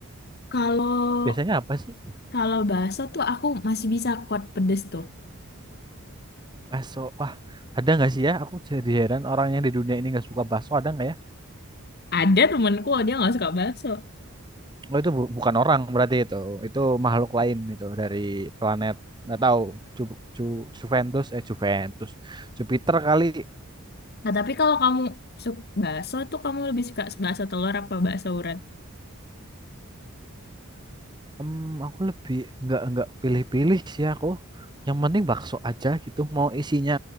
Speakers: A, on the left; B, on the right.
A: Kalau
B: Biasanya apa sih?
A: Kalau bakso tuh aku masih bisa kuat pedes tuh.
B: Bakso. Wah, ada nggak sih ya? Aku jadi heran orang yang di dunia ini nggak suka bakso ada nggak ya?
A: Ada temenku dia nggak suka bakso.
B: Oh itu bu- bukan orang berarti itu. Itu makhluk lain itu dari planet nggak tahu Ju Ju- Juventus eh Juventus Jupiter kali.
A: Nah tapi kalau kamu suka bakso tuh kamu lebih suka bakso telur apa bakso urat? <laughs>
B: Hmm, aku lebih nggak nggak pilih-pilih sih aku. Yang penting bakso aja gitu. Mau isinya